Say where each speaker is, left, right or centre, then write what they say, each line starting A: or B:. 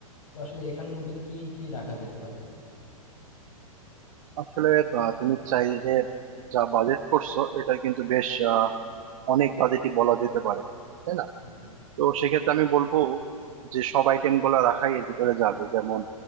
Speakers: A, on the left (about 70°); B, on the right (about 65°).
A: তো আসলে এখানের মধ্যে কি কি রাখা যেতে পারে
B: আসলে আহ, তুমি চাইলে যা বাজেট করছো এটা কিন্তু বেশ আহ, অনেক বাজেটই বলা যেতে পারে তাই না
A: হুম, হুম,
B: তো সেক্ষেত্রে আমি বলবো যে সব আইটেম গুলা রাখাই এর ভিতরে যাবে যেমন